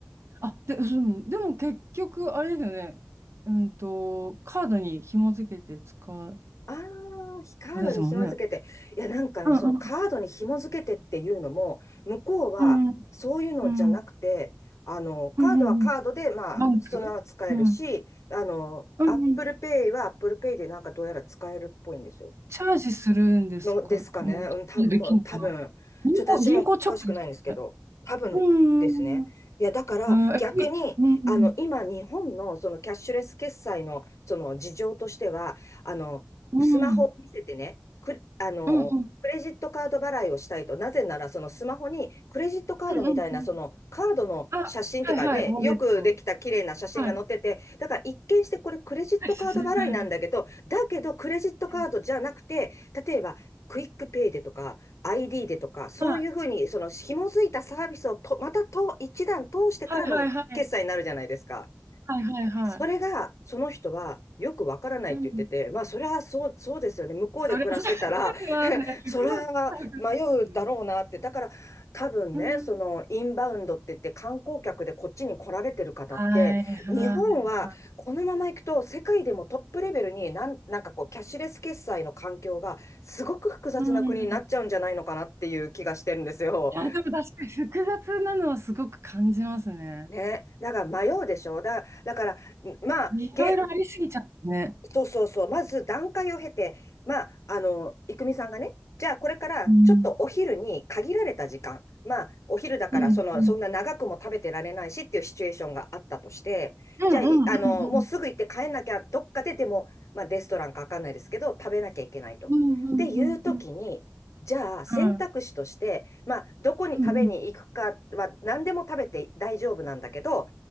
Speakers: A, on the right; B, on the left.
A: あ、で、うん、でも結局、あれですよね。うんと、カードに紐付けて使う、
B: ああー、カードに紐付けて。
A: あれですもんね。
B: いや、なんかね、
A: うんうん
B: そのカードに紐付けてっていうのも、向こうはそういうのじゃなくて、
A: うんうんうん
B: あの、カードはカードで、
A: うんうんうん。
B: まあ、
A: バンク
B: そのまま使えるし、
A: うん。
B: あの、
A: うんうん
B: Apple Pay は Apple Pay でなんかどうやら使えるっぽいんですよ。
A: チャージするんですかね。
B: のですかね。
A: チャージできるのかな
B: うん、多分、もう多分、
A: 銀行、
B: ちょっと私もおかしくないんですけど、
A: 銀行直ですね。
B: 多分ですね。
A: うーん。
B: いや、だから逆に、
A: あー、え、いうん、うん。
B: あの、今、日本のそのキャッシュレス決済のその事情としては、あの、
A: うん。
B: スマホを見せてね、く、あの、
A: うんうん。
B: クレジットカード払いをしたいと、なぜならそのスマホにクレジットカードみたいなそのカードの写真というかね、
A: うんうんうんうん。あ、はいはい、ウォレット。
B: よくできた綺麗な写真が載ってて、
A: はい。
B: だから一見してこれクレジットカード払いなんだけど、
A: はい、久しぶり。は
B: だけどクレジットカードじゃなくて、
A: い、
B: 例えばクイックペイでとか、ID でとか、そういうふうに、
A: はい、
B: その紐づいたサービスをと、またと一段通してからの決済になるじゃないですか。
A: はいはい。はいはいはいはい。
B: それが、その人はよくわからないって言ってて、
A: うん。
B: まあ、それはそう、そうですよね。向こうで暮らしてたら、
A: それは、それはね、
B: それは迷うだろうなって。
A: 複雑な感じです。
B: だから多分ね、
A: うん。
B: そのインバウンドって言って観光客でこっちに来られてる方って、
A: はいはいは
B: 日本はこのまま行くと世界でもトップレベルになん、なんかこうキャッシュレス決済の環境がすごく複雑な国になっちゃうんじゃないのかなっていう気がしてるんですよ。
A: い。うん。いや、でも確かに複雑なのはすごく感じますね。
B: ね。だから迷うでしょ。だ、だから、まあ、
A: いろいろありすぎちゃってね。
B: げ、そうそうそう、まず段階を経て、まあ、あの、いくみさんがね、じゃあこれからちょっとお昼に限られた時間、
A: うん。
B: まあ、お昼だからその、
A: うん、うん。
B: そんな長くも食べてられないしっていうシチュエーションがあったとして、
A: うんうんうんうん。
B: じゃあ、い、あの、もうすぐ行って帰んなきゃ、どっかででも、まあ、レストランかわかんないですけど、食べなきゃいけないと。っていう時に、
A: うんうんうんうん。
B: じゃあ選択肢として、
A: うん。
B: まあ、どこに食べに行くかは何でも食べて大丈夫なんだけど、
A: うんうん。